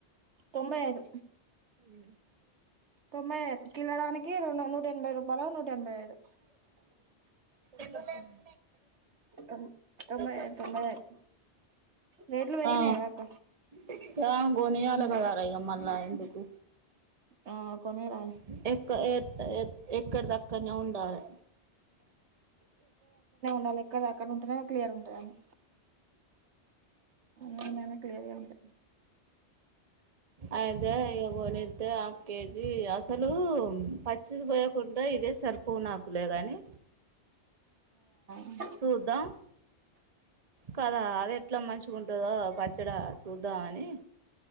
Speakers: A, on the right (about 80°); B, on the right (about 35°).
A: తొంభై ఐదు
B: ఉమ్
A: తొంభై ఐదు కిలోదానికి రెండు నూట ఎనభై రూపాయలు నూట ఎనభై ఐదు
B: ఎబున్స్
A: తొం తొంభై
B: గడి
A: ఐదు తొంభై ఐదు రేట్లు పెరిగినాయి
B: ఆ
A: కదా అక్క
B: ఎ కొని యియరు
A: తొంభై
B: గద్దమ్మ ఎందుకు
A: ఆ కొనేరా
B: ఉమ్ ఇ ఎ ఏ ఎక్కడి దక్కడనే ఉండాలి
A: అ ఎక్కడది అక్కడనే ఉంటేనే క్లియర్ ఉంటాది అని ఉమ్ నేను క్లియర్ ఉంట
B: అయితే ఇక కొనితే హాఫ్ కేజీ అసలు పచ్చిది పోయకుండా ఇదే సరుపు నాకులే గాని
A: ఆ
B: చూద్దాం కదా అది ఎట్లా మంచిగా ఉంటుందో పచ్చడి చూద్దాం అని